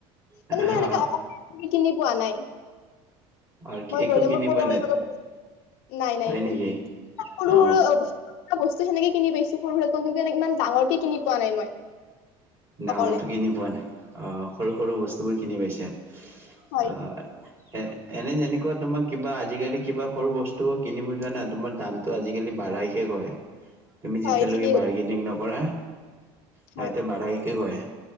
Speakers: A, on the right; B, on the left.
A: অ
B: মানে মই এনেকে অ কিনি পোৱা নাই
A: আৰু
B: মই
A: একো
B: গলে
A: কিনি
B: মোৰ পৰিয়ালৰ
A: পোৱা নাই
B: লগত নাই নাই
A: হয়
B: এক
A: নেকি
B: সৰু
A: অ
B: সৰু বস্তু সেনে কিনি পাইছো সৰুকৌ কিন্তু ইমান ডাঙৰকে কিনি পোৱা নাই মই
A: ডাঙৰটো
B: অকলে
A: কিনি পোৱা নাই অ সৰু সৰু বস্তুবোৰ কিনি পাইছে অ
B: হয়,
A: এ এনে যেনেকুৱা তোমাৰ কিবা আজিকালি কিবা সৰু বস্তু কিনিব যোৱা নাই তোমাৰ দামতটো আজিকালি বাঢ়াকে কৰে তুমি
B: হয়
A: যেতিয়ালৈকে
B: ঠিকেই কৈছা।
A: বাৰ্গেনিং নকৰা সিহতিতে
B: হয়।
A: বাঢাই কি কয়